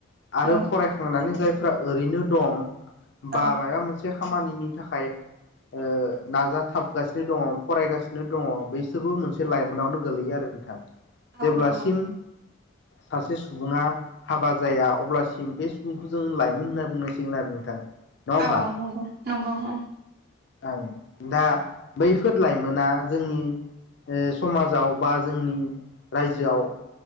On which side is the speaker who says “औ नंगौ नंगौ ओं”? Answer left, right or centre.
Right